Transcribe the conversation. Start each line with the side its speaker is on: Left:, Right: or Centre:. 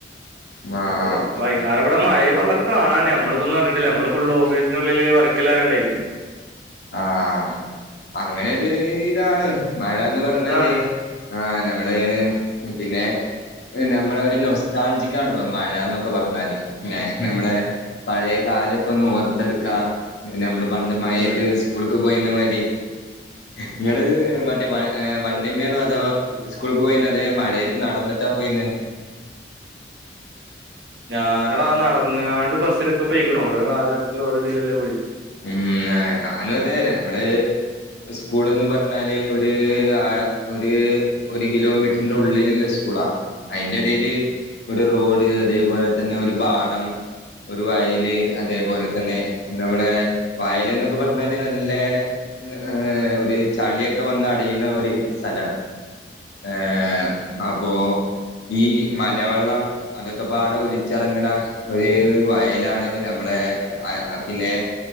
Left: ആഹ്
Right: അപ്പോ വൈന്നാര ഇവിടെ മഴയും വള്ളൊക്കെ കണാൻണ്ടേ നമ്മൾതൊന്നും അറിഞ്ഞിട്ടില്ല നമ്മള് ഫുള്ള് ഓഫീസിന്റെ ഉള്ളില് വർക്കിലായോണ്ടേ
Left: ആഹ് അങ്ങനെരു ഇതാണ് മഴന്ന്
Right: അങ്ങനൊരിതാണ്
Left: പറഞ്ഞാല് ആഹ് നമ്മള് പിന്നെ നമ്മളെ ഒര് നൊസ്റ്റാൽജിക്കാണല്ലോ മഴ എന്നൊക്കെ പറഞ്ഞാല് ല്ലെ
Right: ഉം
Left: നമ്മളെ പഴയ കാല ഒക്കെ ഒന്ന് ഓർത്തെടുക്കാ നമ്മള് പണ്ട് മഴ
Right: അതെ
Left: സ്കൂളക്ക് പോയിന്ന മാരി നിങ്ങള് മറ്റേ മഴ ഏ വണ്ടിമ്മേണോ
Right: എടുത്താലോ
Left: അതോ
Right: എടുത്താലോ
Left: സ്കൂൾക്ക് പോയിന്ന് അതേ മഴയത്ത് നടന്നിട്ടാ പോയിന്ന്
Right: ഞാനടാ നടന്നുകാണ്ട് ബസ്സിലൊക്കെ പോയിക്ക്ണ് ഓരോ കാലഘട്ടത്തിലും ഓരോ തിലല്ലേ പോയത്
Left: ഉം നെ ഞാനും അതെ നമ്മള് സ്കൂളൊന്ന് പറ പറഞ്ഞാല് ഒരു ഒരു ഒരു കിലോമീറ്ററിന്റെ ഉള്ളില്‌ല്ല സ്കൂളാ അയിന്റെ ഇടയില് ഒരു റോഡ് അതേപോലെ തന്നെ ഒരു പാടം ഒരു വയല് അതേപോലെ തന്നെ നമ്മളെ വയല് എന്നൊക്കെ പറഞ്ഞാല് നല്ല ഏ ഒരു ചളിയൊക്കെ വന്ന് അടിയുന്ന ഒരു സ്ഥലാണ് ഏ അപ്പോ ഈ മലവെള്ളം അതൊക്കെ പാടെ ഒലിച്ചിറങ്ങണ ഒരു വയലാണ് നമ്മളെ പിന്നെ